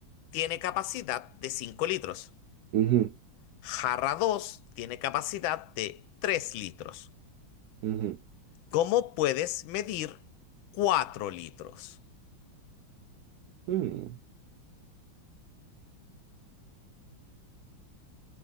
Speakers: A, on the left; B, on the right.
A: tiene capacidad de 5 litros.
B: Ujú,
A: Jarra 2 tiene capacidad de 3 litros.
B: ujú,
A: ¿Cómo puedes medir 4 litros?
B: mm.